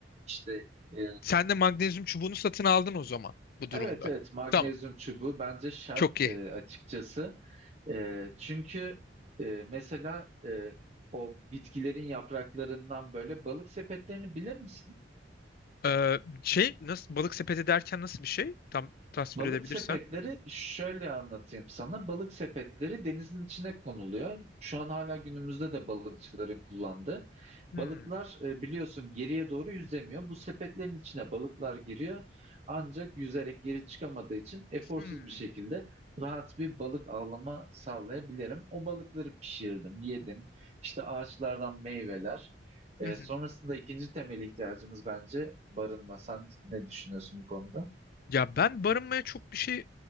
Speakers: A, on the right (about 35°); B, on the left (about 55°).
A: İşte e,
B: Sen de magnezyum çubuğunu satın aldın o zaman bu durumda.
A: Evet evet magnezyum
B: Tamam.
A: çubuğu bence şart
B: Çok iyi.
A: e, açıkçası. E, çünkü e, mesela e, o bitkilerin yapraklarından böyle balık sepetlerini bilir misin?
B: Ee, şey nasıl balık sepeti derken nasıl bir şey? Tam tasvir
A: Balık
B: edebilirsen.
A: sepetleri şöyle anlatayım sana. Balık sepetleri denizin içine konuluyor. Şu an hala günümüzde de balıkçıların kullandığı.
B: Hmm,
A: Balıklar e, biliyorsun geriye doğru yüzemiyor. Bu sepetlerin içine balıklar giriyor. Ancak yüzerek geri çıkamadığı için eforsuz
B: hmm,
A: bir şekilde rahat bir balık avlama sağlayabilirim. O balıkları pişirdim, yedim. İşte ağaçlardan meyveler. E,
B: hı hı.
A: sonrasında ikinci temel ihtiyacımız bence barınma. Sen ne düşünüyorsun bu konuda?
B: Ya ben barınmaya çok bir şey